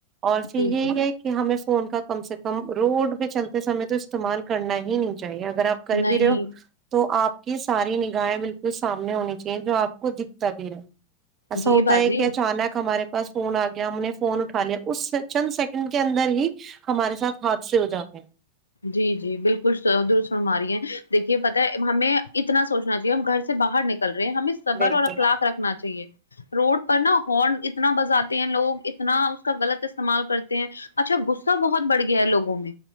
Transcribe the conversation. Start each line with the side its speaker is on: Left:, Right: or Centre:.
Right: اور پھر
Left: جی
Right: یہی
Left: جی
Right: ہے کہ ہمیں فون کا کم سے کم روڈ پہ چلتے سمے تو استعمال کرنا ہی نہیں چاہیے اگر آپ کر
Left: نہیں
Right: بھی رہے ہو تو آپ کی ساری نگاہیں بالکل سامنے ہونی چاہیے جو آپ کو دکھتا بھی رہے ایسا
Left: جی
Right: ہوتا
Left: باجی
Right: ہے کہ اچانک ہمارے پاس فون آ گیا ہم نے فون اٹھا لیا اس چند سیکنڈ کے اندر ہی ہمارے ساتھ ہاتھ سے ہو جاتے ہیں
Left: جی جی بالکل درست فرما رہی ہیں دیکھیے پتہ ہے ہمیں اتنا سوچنا چاہیے ہم گھر سے باہر نکل رہے ہیں ہمیں صبر
Right: بالکل
Left: اور اخلاق رکھنا چاہیے روڈ پر نا ہارن اتنا بجاتے ہیں لوگ اتنا اس کا غلط استعمال کرتے ہیں اچھا غصہ بہت بڑھ گیا ہے لوگوں میں